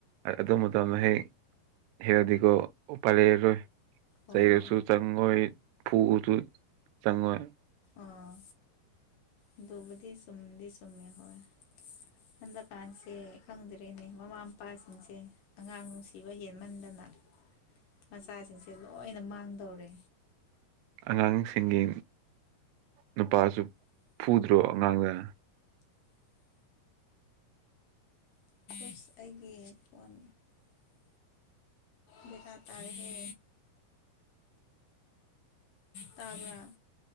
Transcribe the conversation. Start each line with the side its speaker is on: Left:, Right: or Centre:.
Right: ꯑꯗꯨ ꯃꯇꯝꯗ ꯍꯦꯛ ꯍꯦꯜꯔꯗꯤꯀꯣ ꯎꯄꯥꯏ ꯂꯩꯔꯔꯣꯏ
Left: ꯑꯣ
Right: ꯆꯩꯔꯁꯨ ꯆꯪꯉꯣꯏ ꯐꯨꯕꯁꯨ ꯆꯪꯉꯣꯏ
Left: ꯑꯥ ꯑꯗꯨꯕꯗꯤ ꯆꯨꯝꯗꯤ ꯆꯨꯝꯃꯦ ꯍꯣꯏ ꯍꯟꯗꯛ ꯀꯥꯟꯁꯦ ꯈꯪꯗ꯭ꯔꯦꯅꯦ ꯃꯃꯥ ꯄꯥꯁꯤꯡꯁꯦ ꯑꯉꯥꯡ ꯅꯨꯡꯁꯤꯕ ꯍꯦꯟꯃꯟꯗꯅ ꯃꯆꯥꯁꯤꯡꯁꯦ ꯂꯣꯏꯅ ꯃꯥꯡꯗꯧꯔꯦ
Right: ꯑꯉꯥꯡꯁꯤꯡꯒꯤ ꯅꯨꯄꯥꯁꯨ ꯐꯨꯗ꯭ꯔꯣ ꯑꯉꯥꯡꯗ
Left: ꯏꯁ ꯑꯩꯒꯤ ꯐꯣꯟ ꯕꯦꯔꯥ ꯇꯥꯏꯍꯦ ꯇꯥꯕꯔ